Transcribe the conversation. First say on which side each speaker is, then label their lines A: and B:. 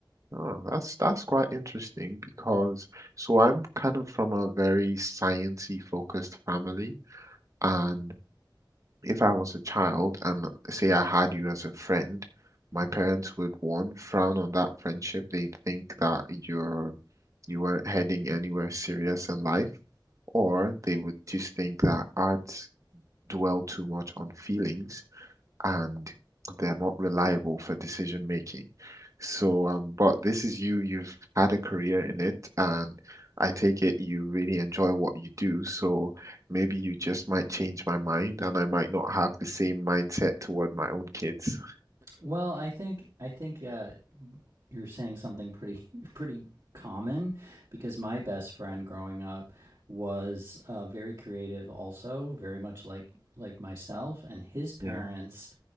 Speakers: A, on the right; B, on the right.
A: Oh, that's that's quite interesting because so I'm kind of from a very sciencey focused family, and if I was a child and say I had you as a friend, my parents would one frown on that friendship. They think that you're you weren't heading anywhere serious in life, or they would just think that arts dwell too much on feelings and they're not reliable for decision making. So, um, but this is you, you've had a career in it, and I take it you really enjoy what you do. So maybe you just might change my mind, and I might not have the same mindset toward my own kids.
B: Well, I think I think uh, you're saying something pretty <laughs> pretty common because my best friend growing up was uh, very creative also very much like like myself and his parents
A: Yeah.